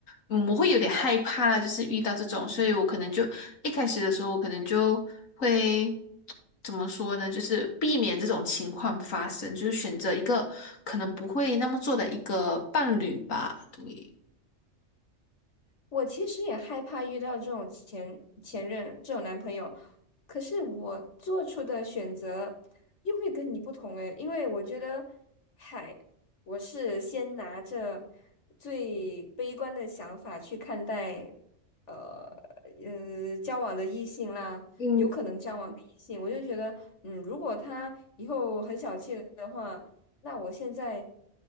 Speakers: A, on the left (about 80°); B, on the left (about 60°).
A: 嗯，我会有点害怕啦，就是遇到这种，所以我可能就一开始的时候，我可能就会怎么说呢，就是避免这种情况发生，就是选择一个可能不会那么做的一个伴侣吧，对。
B: 我其实也害怕遇到这种前前任这种男朋友，可是我做出的选择又会跟你不同诶，因为我觉得，嗨，我是先拿着最悲观的想法去看待，呃呃，交往的异性啦，
A: 嗯，
B: 有可能交往的异性，我就觉得。嗯，如果他以后很小气的话，那我现在